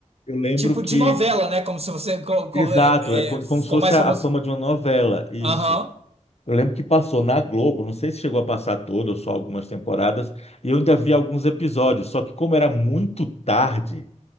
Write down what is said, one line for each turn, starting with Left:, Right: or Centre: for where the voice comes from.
Left: eu lembro
Right: Tipo
Left: que
Right: de novela, né? Como se você co- co-
Left: Exato,
Right: é,
Left: é co-
Right: é, ficou
Left: como se fosse
Right: mais
Left: a
Right: famoso.
Left: a fama de uma novela, isso.
Right: Aham.
Left: Eu lembro que passou na Globo, não sei se chegou a passar toda ou só algumas temporadas, e eu ainda vi alguns episódios, só que como era muito tarde,